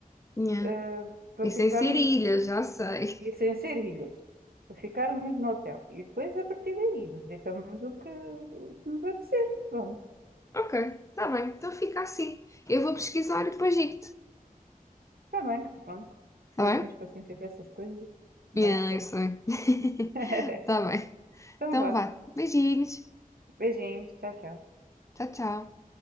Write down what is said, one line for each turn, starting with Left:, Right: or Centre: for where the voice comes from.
Left: Yeah.
Right: eh, para
Left: Isso
Right: ficarmos
Left: é em Serilha, já sei.
Right: e sem ser ilhas, Ficarmos no hotel. E depois, a partir daí, visitamos o que o que nos apetecer. Pronto,
Left: Ok, tá bem, então fica assim. Eu vou pesquisar e depois digo-te,
Right: está bem, pronto. Espero
Left: tá bem?
Right: que tens paciência com essas coisas. Vai,
Left: Yeah,
Right: força.
Left: eu sei. <laughs>
Right: <laughs>
Left: Tá bem.
Right: Então
Left: Então
Right: vá.
Left: vá. Beijinhos.
Right: Beijinhos. Tchau, tchau.
Left: Tchau, tchau.